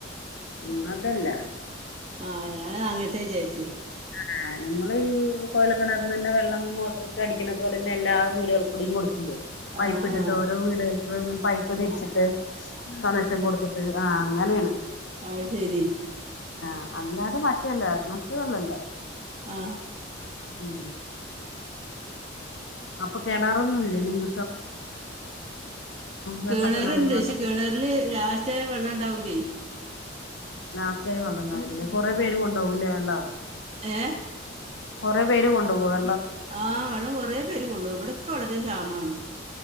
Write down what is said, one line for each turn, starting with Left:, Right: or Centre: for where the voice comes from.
Left: ഉം അതല്ലാ
Right: ആ ഞാൻ അങ്ങനത്തെ വിചാരിച്ചൂ
Left: ആ നമ്മളീ കൊഴൽക്കിണറിന്നന്നെ വെള്ളം മോട്ടറിട്ട് അടിക്കണ പോലന്നെ എല്ലാ വീടൂകൾക്കും കുടിക്കാൻ കൊടുക്കു ല്ലേ പൈപ്പിട്ടിട്ട്
Right: ആഹ് ആഹ്
Left: ഓരോ വീടുകൾക്കും ഇങ്ങനെ പൈപ്പ് ധരിച്ചിട്ട് കണക്ഷൻ കൊടുത്തു ആ അങ്ങനെയാണ്
Right: അയ്ശെരി
Left: ആ അല്ലാതെ മറ്റല്ല മറ്റേ <unintelligible>
Right: ആ
Left: ഉം അപ്പൊ കേണറൊന്നുംല്ലേ നിങ്ങ വെട്ടക്കിണർ
Right: കേണർണ്ട് പക്ഷേ
Left: വട്ട
Right: കേണറില് ലാസ്റ്റായ വെള്ളം ഉണ്ടാവൂലേ
Left: ലാസ്റ്റായ വെള്ളം ഉണ്ടാവില്ലല്ലേ കൊറെേ പേര് കൊണ്ടുപോകൂല്ലേ വെള്ളം
Right: ഏ
Left: കുറെേ പേര് കൊണ്ടുപോക്
Right: ആ വെള്ളം കൊറെേ പേര് കൊണ്ട് പോകും ഇവിടെക്കെ വളരെ ക്ഷാമാണ്